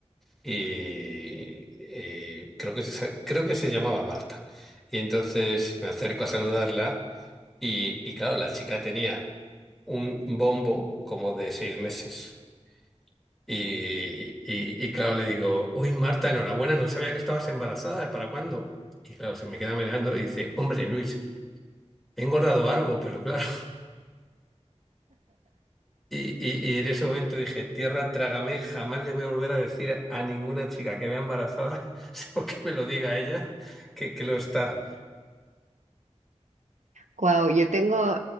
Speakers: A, in the centre; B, on the right.
A: y eh, creo que se, creo que se llamaba Marta. Y entonces me acerco a saludarla y, y claro, la chica tenía un bombo como de seis meses. Y, y- y claro, le digo, uy Marta, enhorabuena, no sabía que estabas embarazada, ¿para cuándo? Y claro, se me queda mirando y dice, hombre Luis, he engordado algo, pero claro, Y, y- y en ese momento dije, tierra, trágame, jamás le voy a volver a decir a ninguna chica que vea embarazada, <laughs> o que me lo diga a ella, que, que lo está.
B: Guau, yo tengo,